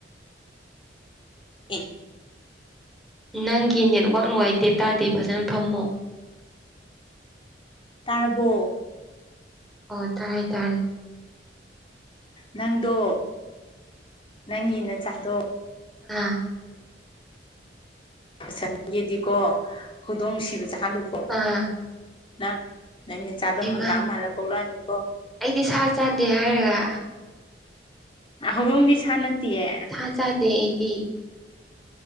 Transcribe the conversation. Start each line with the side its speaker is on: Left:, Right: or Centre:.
Left: <inaudible>
Centre: ꯅꯪꯒꯤ ꯅꯦꯠꯋꯥꯛ ꯅꯨꯡꯉꯥꯏꯇꯦ ꯇꯥꯗꯦ ꯐꯖꯅ ꯐꯝꯃꯣ
Left: ꯇꯥꯔꯕꯣ
Centre: ꯑꯣ ꯇꯥꯔꯦ ꯇꯥꯔꯦ
Left: ꯅꯪꯗꯣ ꯅꯪꯒꯤ ꯅꯆꯥꯗꯣ
Centre: ꯑꯥ
Left: <inaudible> ꯒꯤꯗꯤꯀꯣ ꯍꯧꯗꯣꯡ ꯅꯨꯡꯁꯤꯕꯁꯦ ꯍꯥꯠꯂꯨꯀꯣ
Centre: ꯑꯥ
Left: ꯅꯪ ꯅꯪꯆꯥꯗꯣ
Centre: ꯍꯩꯃꯥ
Left: ꯍꯪꯒꯥꯝ ꯃꯥꯜꯂꯒ ꯄꯣꯛꯂꯛꯑꯅꯤꯀꯣ
Centre: ꯑꯩꯗꯤ ꯁꯥ ꯆꯥꯗꯦ ꯍꯥꯏꯔꯒ
Left: ꯍꯧꯗꫭꯡꯗꯤ ꯁꯥ ꯅꯠꯇꯤꯌꯦ
Centre: ꯁꯥ ꯆꯥꯗꯦ ꯑꯩꯗꯤ